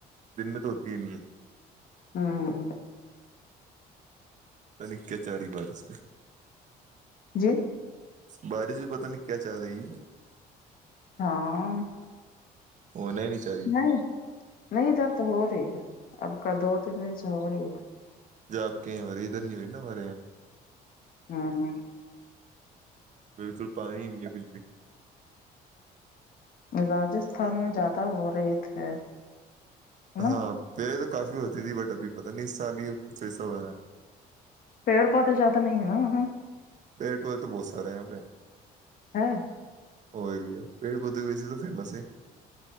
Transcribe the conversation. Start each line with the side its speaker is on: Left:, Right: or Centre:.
Right: دن میں تو ہوتی ہی نہیں ہے
Left: <inaudible>
Right: پ نک کیا چاری بارس
Left: جی
Right: بارش بھی پت نہیں کیا چاہ رہی ہے
Left: ہاں
Right: ہو نہیں نہیں چاہ رہی
Left: نہیں نہیں ادھر تو ہو رہی ہے اب کا دو تین دن سے ہو رہی ہے
Right: ج آب کہیں ہو رہی ادھر نہیں ہو رہی نا ہمارے یہاں
Left: ہاں
Right: بالکل پانیی ہے بجلی
Left: راجستھان میں زیادہ ہو رہے تھے نا
Right: ہاں پہلے تو کافی ہوتی تھی بٹ ابھی پتا نہیں اس سال ہی کچھ ایسا ہو رہا ہے
Left: پیڑ پودے زیاد نہیں ہے نا وہاں
Right: پیڑ پیڑے تو بہت سارے یہاں پہ
Left: <inaudible>
Right: وہ ہےگی ہے پیڑ پودے بھی اسسی تو فیمس ہے